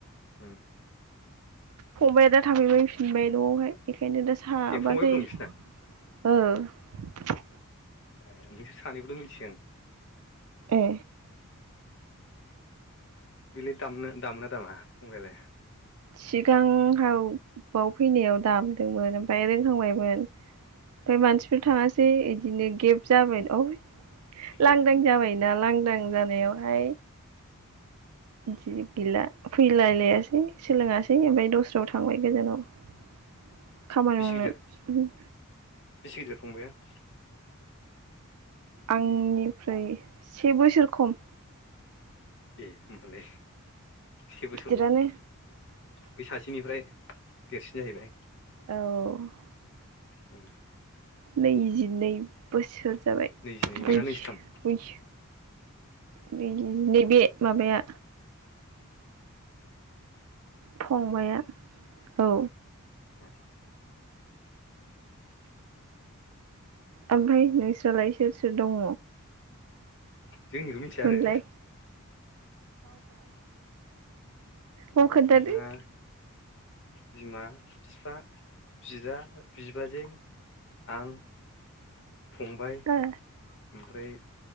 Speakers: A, on the left; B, on the right.
A: उम।
B: फंबाया दा थाफैबाय फिनबाय न'आवहाय। ओंखायनो दा साबा
A: ए फंबायबो
B: जायो
A: दं नोंसिना
B: । ओ ।
A: ए नोंसोर सानैखौल' मिथियो आं।
B: ए।
A: बिलिद दामनो दामना दामा फंबायालाय?
B: सिगांहाव बाव फैनायाव दामदोंमोन ओमफ्राय रोंखांबायमोन ओमफ्राय मानसिफोर थाङासै बिदिनो गेब जाबाय औ। लांदां
A: ए
B: जाबायना लां नों जानायावहाय जि गैला फैलायलायासै । सोलोङासै
A: उम
B: ओमफ्राय दस्रायाव थ थांबाय गोजानाव। <inaudible> खामानि
A: बेसे
B: मावनो
A: गिदिर बेसे गिदिर <inaudible>
B: आंनिफ्राय से बोसोर खम
A: ए होमबालाय। से बोसोरल'
B: गिदिरानो
A: बै सासेनिफ्राय देरसिन जाहैबाय।
B: औ औ।
A: उम।
B: <unintelligible> नै बोसोर जाबाय
A: नैजिनै
B: बैस
A: नोंहा नैजिथाम
B: बैस नैबे माबाया फंबाया। औ।
A: उम।
B: ओमफाय नोंस्रालाय सोर सोर दङ?
A: जोंनिखौ मिथिया
B: मोनलाय
A: आरो?
B: अ खोन्थादो
A: जोंहा
B: ।
A: बिमा फिफा। बिदा बिबाजै आं फंबाय ओमफ्राय
B: ओ